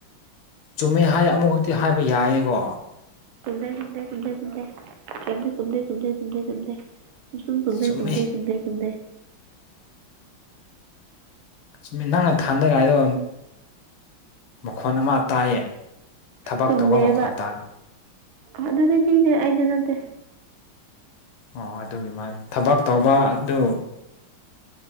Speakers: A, on the left (about 75°); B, on the right (about 75°).
A: ꯆꯨꯝꯃꯦ ꯍꯥꯏ ꯑꯃꯨꯛ ꯍꯛꯇꯤ ꯍꯥꯏꯕ ꯌꯥꯏꯌꯦꯀꯣ꯫
B: ꯆꯨꯝꯗꯦ ꯆꯨꯝꯗꯦ ꯆꯨꯝꯗꯦ ꯆꯨꯝꯗꯦ ꯀꯩꯑꯝꯇ ꯆꯨꯝꯗꯦ ꯆꯨꯝꯗꯦ ꯆꯨꯝꯗꯦ ꯆꯨꯝꯗꯦ꯫ ꯨꯁꯨꯝ ꯁꯗꯦ
A: ꯆꯨꯝꯃꯦ
B: ꯁꯟꯗꯦ ꯁꯨꯝꯗꯦ ꯁꯨꯝꯗꯦ
A: ꯆꯨꯝꯃꯤ ꯅꯪꯅ ꯊꯥꯅꯔ ꯍꯥꯏꯗꯣ ꯃꯈꯣꯟ ꯑꯃ ꯇꯥꯏꯌꯦ ꯊꯕꯛ
B: ꯆꯨꯝꯗꯦꯕ
A: ꯇꯧꯕ ꯃꯈꯣꯟ ꯇꯥꯏ
B: ꯑꯗꯨꯗꯤ ꯅꯅꯦ ꯑꯩꯗ ꯅꯠꯇꯦ
A: ꯑꯣ ꯑꯗꯨꯒꯤ ꯃꯥ ꯊꯕꯛ ꯇꯧꯕ ꯑꯗꯨ